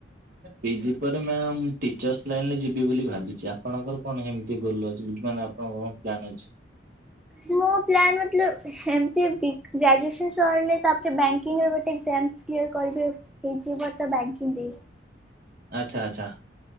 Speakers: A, on the right; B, in the centre.
A: ପିଜି ପରେ ମ୍ୟାମ ଟିଚର୍ସ ଲାଇନ ରେ ଯିବି ବୋଲି ଭାବିଛି ଆପଣଙ୍କର କଣ ସେମିତି ଗୋଲ ଅଛି <unintelligible> ମାନେ? ହଉ <unintelligible> ଅଛି
B: ମୁଁ ପ୍ଲାନ୍ ମତଲବ ଏମତି ବି ଗ୍ରାଜୁଏସନ ସରିଲେ ତାପରେ ବ୍ୟାଙ୍କିର ଗୋଟେ ଏକ୍ସାମ୍ କ୍ଲିୟର କରିବି। ହେଇଯିବ ତ ବ୍ୟାଙ୍କିଙ୍ଗ
A: ଆଚ୍ଛା ଆଚ୍ଛା।